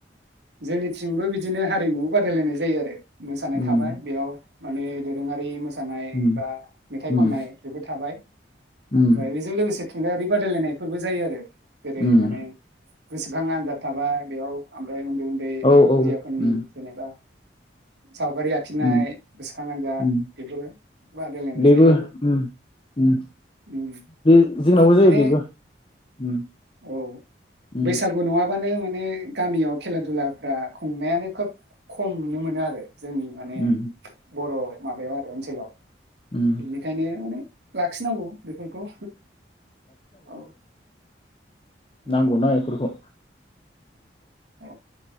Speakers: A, on the right; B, on the left.
A: जोंनिथिंबो बिदिनो हारिमु बादायलायनाय जायो आरो। मोसानाय
B: उम
A: थाबाय बेयाव माने दोरोंङारि मोस सानाय
B: उम
A: बा मेथाइ
B: उम
A: खननाय बेफोर थाबाय आमफ्रायाइ
B: उम
A: बेजों लोगोसे थुनलाइयारि बादायलायनायफोरबो जायो आरो जेरै
B: उम
A: माने गोसोखां आनजाद थाबाय बेयाव उन्दै उन्दै
B: औ
A: खुदैयाफोरनि
B: औ उम
A: जेनेबा सावगारि आखिनाय,
B: उम
A: गोसोखां आनजाद
B: उम
A: बेफोर बादायलायनाय
B: बेबो
A: जायो आरो
B: उम उम
A: उम
B: बे जोंनावबो जायो
A: माने
B: बेबो उम
A: औ
B: उम
A: बैसागु नङा <unintelligible> माने गामियाव खेला दुलाफ्रा खुंनायानो खोब खम नुनो मोनो आरो जोंनि माने
B: उम
A: बर' माबायाव आरो ओनसोलाव।
B: उम
A: एनिखायनो माने लाखि नांगौ। बेफोरखौ औ। औ
B: नांगौ ना इफोरखौ।
A: औ